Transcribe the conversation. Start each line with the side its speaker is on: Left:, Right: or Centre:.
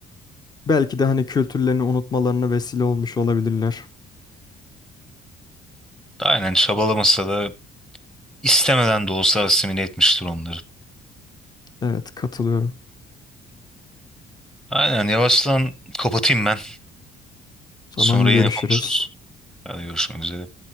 Left: belki de hani kültürlerini unutmalarına vesile olmuş olabilirler.
Centre: Aynen çabalamasa da istemeden de olsa asimile etmiştir onları.
Left: Evet katılıyorum.
Centre: Aynen yavaştan kapatayım ben.
Left: Zaman
Centre: Sonra yine
Left: görüşürüz.
Centre: konuşuruz. Hadi görüşmek üzere.